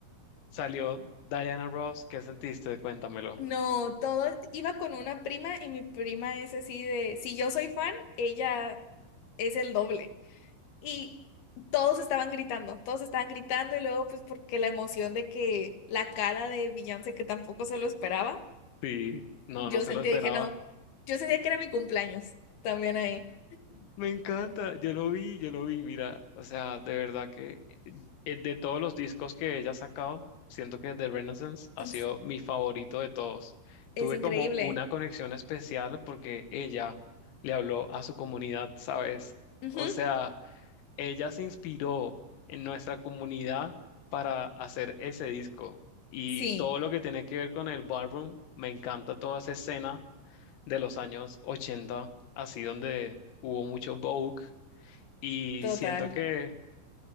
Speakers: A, on the left; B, on the left.
A: salió Diana Ross, ¿qué sentiste? Cuéntamelo.
B: No, todo iba con una prima y mi prima es así de, si yo soy fan, ella es el doble. Y todos estaban gritando, todos estaban gritando y luego pues porque la emoción de que la cara de Beyoncé que tampoco se lo esperaba.
A: Sí, no,
B: Yo
A: no se
B: sentía,
A: lo esperaba.
B: dije, no, yo sentía que era mi cumpleaños también ahí.
A: Me encanta, yo lo vi, yo lo vi, mira, o sea, de verdad que eh, de todos los discos que ella ha sacado, siento que The Renaissance ha
B: Entonces,
A: sido mi favorito de todos.
B: es
A: Tuve
B: increíble.
A: como una conexión especial porque ella le habló a su comunidad, ¿sabes?
B: Ujú,
A: O sea... Ella se inspiró en nuestra comunidad para hacer ese disco. Y
B: Sí,
A: todo lo que tiene que ver con el ballroom, me encanta toda esa escena de los años 80 así donde hubo mucho Vogue. Y
B: total.
A: siento que,